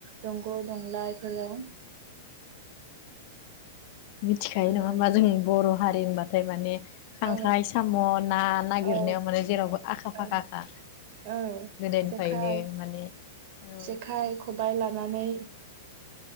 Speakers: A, on the right; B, on the left.
A: दंग' दंलाफोराव
B: मिथिखायो
A: आरो
B: नङा होमबा जों बर' हारि होनबाथाय माने खांख्राइ
A: औ
B: साम' ना नागिरनायाव
A: औ
B: माने जेरावबो आखा
A: औ
B: फाखाखा
A: औ
B: गोदोनिफ्रायनो
A: जेखाइ
B: माने औ
A: जेखाइ खबाइ लानानै